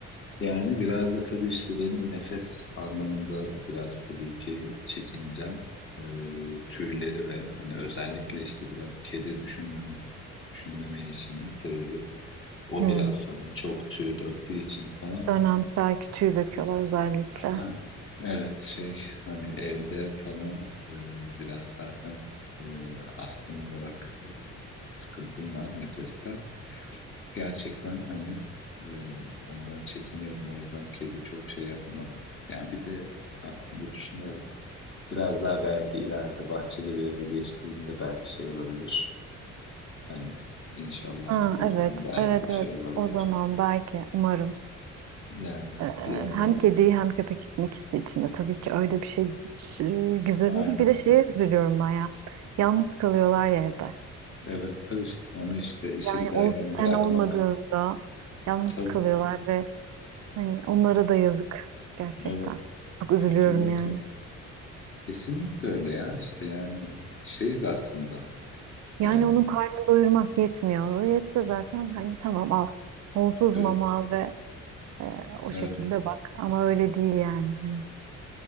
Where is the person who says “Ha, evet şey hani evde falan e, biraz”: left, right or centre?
Left